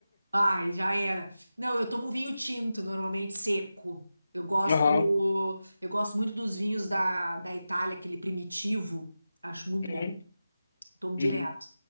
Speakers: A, on the right; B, on the left.
A: Ai, já era. Não, eu tomo vinho tinto, normalmente seco. Eu gosto,
B: Aham,
A: eu gosto muito dos vinhos da, da Itália, aquele primitivo. Acho muito
B: uhum,
A: bom. Tomo direto.
B: uhum.